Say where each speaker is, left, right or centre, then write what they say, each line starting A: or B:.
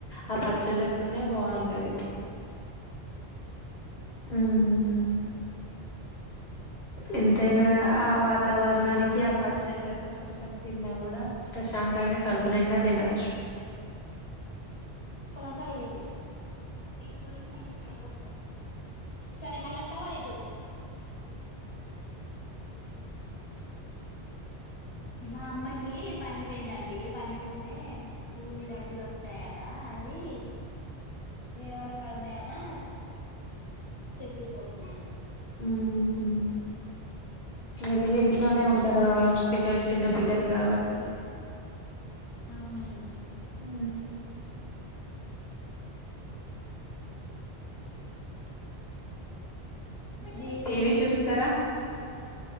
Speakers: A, on the left (about 70°); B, on the left (about 25°).
A: ఆ పచ్చళ్ళతోనే భాంటది. ఉహు, ఎంతైనా ఆ వాతావరణానికి ఆ పచ్చళ్ళకు కొంచమ్ తిన్నా కూడా ప్రశాంతంగా కడుపునిండా తినచ్చు.
B: పొలం కాడికి పోయింది. సరే మళ్ళ్ వత్తవ్ గా ఇటు మా అమ్మకి పని పొయింద అండి, పని పోతే కూలి డబ్బులు వచ్చాయట అవి వేరే వాళ్ళ కాడ ఉన్నాయా ఆ చెప్పిపోతుందండి.
A: ఊహూ మీరు ఇవి ఇంట్లోనే ఉంటారు కావచ్చు, పిల్లలు చిన్న పిల్లలు కావట్టి
B: అవునండి‌.
A: ఉ
B: మీరు
A: టీవీ చూస్తారా